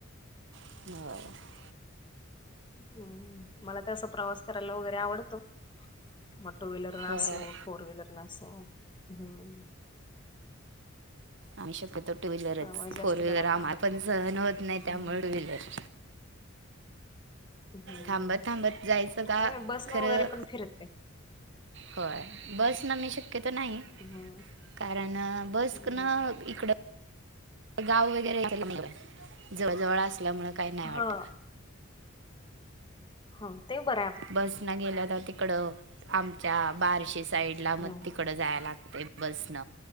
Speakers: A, on the right; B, on the left.
A: <unintelligible>
B: हम् मला तर प्रवास करायला वगैरे आवडतो. मग टू व्हीलर न
A: होय
B: असो, फोर व्हीलर न असो हम्म.
A: आम्ही शक्यतो. टू व्हीलरच
B: प्रवास जास्त
A: फोर व्हीलर
B: करायला
A: आम्हाला
B: आवडतो
A: पण सहन होत नाही
B: हम्म
A: त्यामुळे टू व्हीलर.
B: हम्म.
A: थांबत थांबत जायचं का
B: नाही बस न
A: खरं
B: वगैरे पण फिरते
A: होय बस न मी शक्यतो नाही
B: हम्म
A: कारण बस
B: हम्म
A: न इकडं गाव वगैरे य मला जवळजवळ असल्यामुळं काही नाही वाटत.
B: हा हो ते बर
A: बस न गेल्या तर तिकड आम च्या बारशी साईड ला
B: हम्म
A: मग तिकड जाय लागते बसन